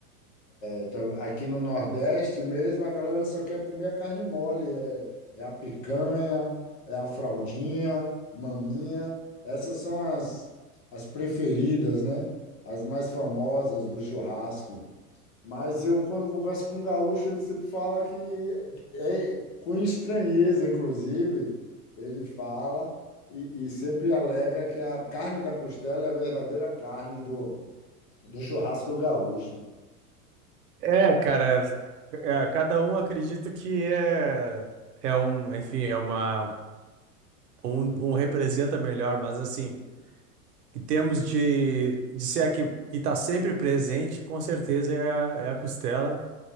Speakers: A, on the left (about 55°); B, on the right (about 90°).
A: Então, aqui no Nordeste mesmo, a galera só quer comer a carne mole. É, é a picanha, é a fraldinha, maminha. Essas são as, as preferidas, né? As mais famosas do churrasco. Mas eu, quando converso com um gaúcho, ele sempre fala que, é, com estranheza, inclusive, ele fala e, e sempre alega que a carne da costela é a verdadeira carne do, do churrasco gaúcho. né?
B: É, cara. é, cada um acredita que é, é um, enfim, é uma, um, um representa melhor, mas assim, em termos de, de ser a que, que tá sempre presente, com certeza é a, é a costela.